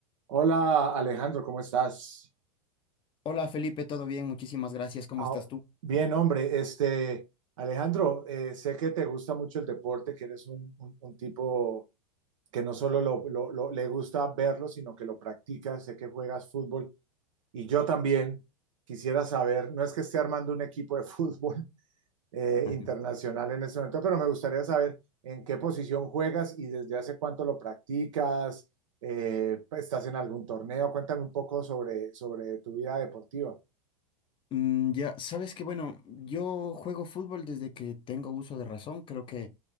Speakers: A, on the right (about 65°); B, on the left (about 30°).
A: Hola Alejandro, ¿cómo estás?
B: Hola Felipe, ¿todo bien? Muchísimas gracias. ¿Cómo
A: Ah,
B: estás tú?
A: bien, hombre, este Alejandro, eh, sé que te gusta mucho el deporte, que eres un, un- un tipo que no solo lo- lo- lo- le gusta verlo, sino que lo practica, sé que juegas fútbol y yo también quisiera saber, no es que esté armando un equipo de <laughs> fútbol eh,
B: <laughs>
A: internacional en este momento, pero me gustaría saber en qué posición juegas y desde hace cuánto lo practicas, eh, estás en algún torneo, cuéntame un poco sobre, sobre tu vida deportiva.
B: Mm, ya, sabes que bueno, yo juego fútbol desde que tengo uso de razón. Creo que